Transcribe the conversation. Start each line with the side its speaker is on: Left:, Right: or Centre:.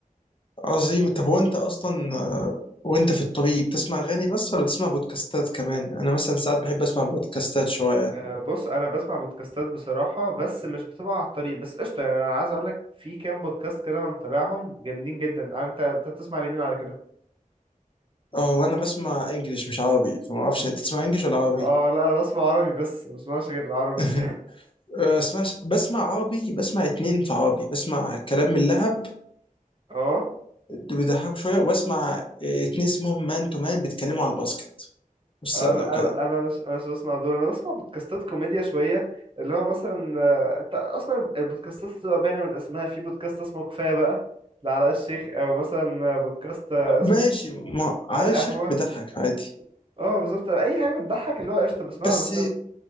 Left: عظيم طب هو انت اصلا آه، وانت في الطريق بتسمع اغاني بس ولا بتسمع بودكاستات كمان يعني انا مثلا ساعات بحب اسمع بودكاستات شويه
Right: آه، بص انا بسمع بودكاستات بصراحة بس مش بتبقى على الطريق بس قشطة يعني انا عايز اقولك في كام بودكاست كده انا متابعهم جامدين جدا انت انت بتسمع لمين على كده؟
Left: اه وانا بسمع انجليش مش عربي فما اعرفش انت بتسمع انجليش ولا عربي
Right: اه لا انا بسمع عربي بس ما بسمعش غير عربي
Left: <laughs> آه، اسمعش بسمع عربي بسمع اتنين في عربي بسمع كلام من لهب
Right: اه
Left: اللي
Right: انا
Left: بيضحكوا شويه وبسمع آه، اتنين اسمهم مان تو مان بيتكلموا على الباسكت والسله
Right: انا
Left: وكده
Right: أنا مش انا مش بسمع دول انا بسمع بودكاستات كوميديا شويه اللي هو مثلا آه، انت اصلا البودكاستات بتبقى باينه من اسمها في بودكاست اسمه كفايه بقى لعلاء الشيخ او مثلا بودكاست آه،
Left: آه،
Right: اسمه
Left: ماشي ما
Right: على
Left: على
Right: القهوه
Left: الشيخ بيضحك عادي
Right: اه بالظبط اي حاجه بتضحك اللي هو قشطه بسمعها
Left: بس
Right: بس